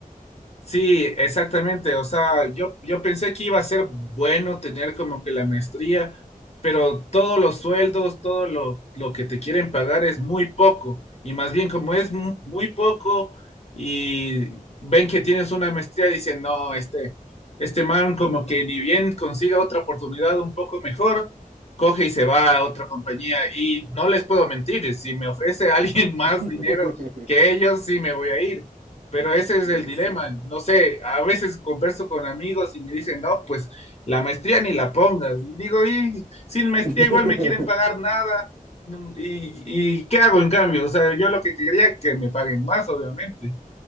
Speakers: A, on the left; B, on the right.
A: Sí, exactamente. O sea, yo, yo pensé que iba a ser bueno tener como que la maestría, pero todos los sueldos, todo lo, lo que te quieren pagar es muy poco. Y más bien como
B: Sí,
A: es mu-
B: sí.
A: muy poco y ven que tienes una maestría, dicen, no, este, este man como que ni bien consiga otra oportunidad un poco mejor, coge y se va a otra compañía. Y no les puedo mentir, si me ofrece <laughs> alguien más
B: <laughs>
A: dinero que ellos, sí me voy a ir. Pero ese
B: Sí,
A: es el dilema.
B: sí,
A: No sé, a veces converso con amigos y me dicen, no, pues la maestría ni la pongas. Y digo, y sin maestría
B: sí.
A: igual me quieren pagar
B: <laughs>
A: nada. Mm, ¿Y, y qué hago en cambio? O sea, yo lo que quería es que me paguen más, obviamente.